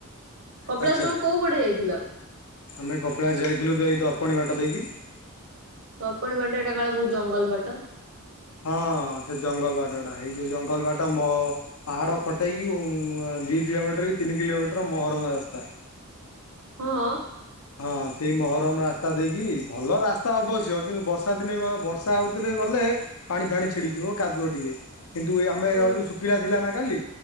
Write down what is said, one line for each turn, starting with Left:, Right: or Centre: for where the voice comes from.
Right: କପିଳାସ
Left: ଆଚ୍ଛା
Right: ତୋମେ କୋଉ ପଟେ ଯାଇଥିଲ?
Left: ଆମେ କପିଳାସ ଯାଇଥିଲୁ ତ ଏଇ ଦର୍ପଣି ବାଟ ଦେଇକି।
Right: ତର୍ପଣୀ ବାଟେ ଏଟା କାଳେ ବହୁତ ଜଙ୍ଗଲ ବାଟ।
Left: ହଁ ସେ ଜଙ୍ଗଲ ବାଟ ଟା। ହେଇ ଯୋଉ ଜଙ୍ଗଲ ବାଟ ମୋ ପାହାଡ ଫଟେଇକି ଓ ଉଁ, ଦି କିଲୋମିଟର କି ତିନି କିଲୋମିଟର ମହରମ ରାସ୍ତା।
Right: ହଁ।
Left: ହଁ ସେଇ ମହରମ ରାସ୍ତା ଦେଇକି, ଭଲ ରାସ୍ତା ଅବଶ୍ୟ। କିନ୍ତୁ ବର୍ଷା ଦିନେ ଗ-ବର୍ଷା ହଉଥିଲେ ଗଲେ ପାଣି ଫାଣି ଛିଡିକିିବ କାଦୁଅ ଟିକେ। କିନ୍ତୁ ଏ ଆମେ
Right: ଓ
Left: ଗଲୁ ଶୁଖିଲା ଥିଲା ନା କାଲି